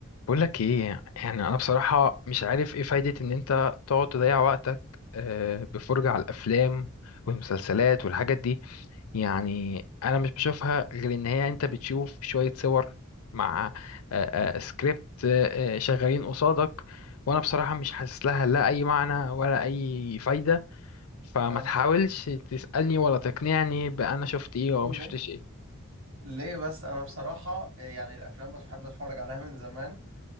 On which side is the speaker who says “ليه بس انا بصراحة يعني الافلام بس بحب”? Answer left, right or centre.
Right